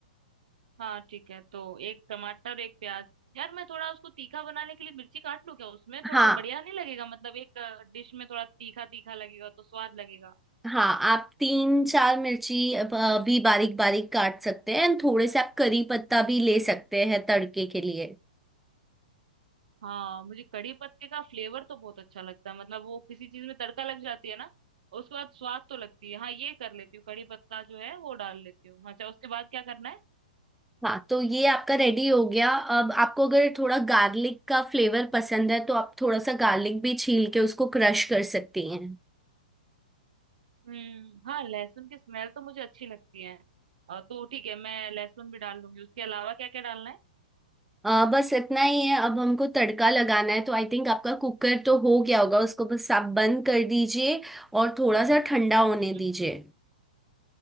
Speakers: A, on the right; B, in the centre.
A: हाँ ठीक है तो एक टमाटर और एक प्याज यार मैं थोड़ा उसको तीखा बनाने के लिए मिर्ची काट लूं क्या उसमें थोड़ा
B: हाँ
A: बढ़िया नहीं लगेगा मतलब एक डिश में थोड़ा तीखा तीखा लगेगा तो स्वाद लगेगा
B: हाँ आप तीन चार मिर्ची अब, अ, भी बारीक बारीक काट सकते हैं एंड थोड़े से आप करी पत्ता भी ले सकते हैं तड़के के लिए
A: हाँ मुझे कड़ी पत्ते का फ्लेवर तो बहुत अच्छा लगता है मतलब वो किसी चीज में तड़का लग जाती है ना और उसके बाद स्वाद तो लगती है हाँ ये कर लेती हूँ कड़ी पत्ता जो है वो डाल लेती हूँ अच्छा उसके बाद क्या करना है
B: हाँ तो ये आपका रेडी हो गया अब आपको अगर थोड़ा गार्लिक का फ्लेवर पसंद है तो आप थोड़ा सा गार्लिक भी छील के उसको क्रश कर सकती हैं
A: हम्म हाँ लहसुन की स्मेल तो मुझे अच्छी लगती है अ, तो ठीक है मैं लहसुन भी डाल लूंगी उसके अलावा क्या क्या डालना
B: अ, बस इतना ही है अब हमको तड़का लगाना है तो आई थिंक आपका कुकर तो हो गया होगा उसको बस आप बंद कर दीजिए और थोड़ा सा ठंडा होने
A: है
B: दीजिए